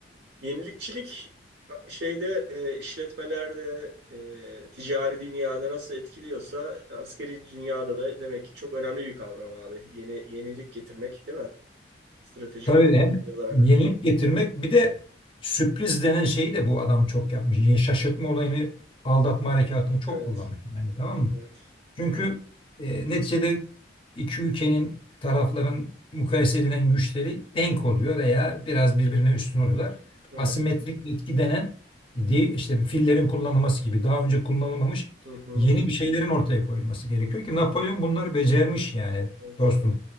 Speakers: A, on the right; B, on the left.
A: Yenilikçilik şeyde e, işletmelerde, e, ticari dünyada nasıl etkiliyorsa askeri dünyada da demek ki çok önemli bir kavram abi. Yeni yenilik getirmek değil mi? Stratejik
B: Tabii hem
A: olarak.
B: yenilik getirmek bir de sürpriz denen şeyi de bu adam çok yapmış. Yani Şaşırtma olayını aldatma harekatını çok
A: Evet.
B: kullanmış. Yani tamam mı?
A: Evet.
B: Çünkü e, neticede iki ülkenin tarafların mukayese edilen güçleri denk oluyor veya biraz birbirine üstün oluyorlar.
A: Evet.
B: Asimetrik etki denen de- işte fillerin kullanılması gibi daha önce kullanılmamış
A: Hı hı.
B: yeni bir şeylerin ortaya koyulması gerekiyor ki Napolyon bunları becermiş yani
A: Evet.
B: dostum.